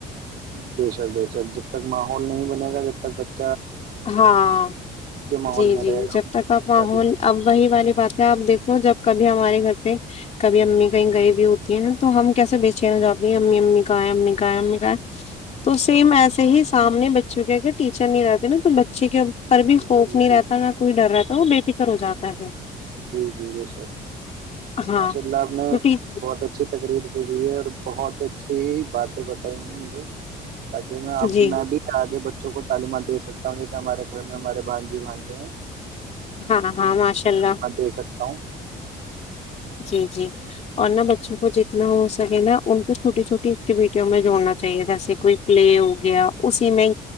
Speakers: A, on the right; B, on the left.
A: بے شک بے شک جب تک ماحول نہیں ب ا جب تک بچ
B: ہاں
A: ماحول
B: جی
A: میں
B: جی
A: رہے گا
B: جب تک آپ ماحول اب وہی والی بات آپ دیکھو جب کبھی ہمارے گھر پہ کبھی امی کہیں گئی بھی ہوتی ہیں تو ہم کیسے بیچینا چاہتے ہیں امی امی کہاں ہے امی کہا ہے امی کہ ہے تو صے میں ایسے ہی سامنے بچوں کے اگر ٹیچر نہیں رہتا ج نا ج بچے کے <unintelligible>
A: جی
B: خوف
A: جی
B: نہیں
A: بے
B: رہتا
A: شر
B: نہ کوئی ڈر رہتا وہ بے فکر ہو جاتا ہے پھر۔
A: جی جی بے شر جیے
B: ہاں
A: ماشاء اللہ آپ نے
B: تو ٹھیک
A: بہت اچھی تقریر کی دی ہے اور بہت اچھی ہی بات پت ہی ہے مجھے تاکہ میں اب
B: جی
A: میں بھی آگے ب کو تعمات دے سکتا ہوں جیے ہمارے گھر میں ہمارے بانجی بھانجے ہیں
B: ہاں ہاں ماشاء اللہ
A: ہاں دے سکتا ہوں
B: جی جی اور نہا بچوں کو جتنا ہو سکے نا ان کو چھوٹی چھوٹی ایکٹیویٹیوں میں جوڑنا چاہیے جیسے کوئی پلے ہو گیا اسی میں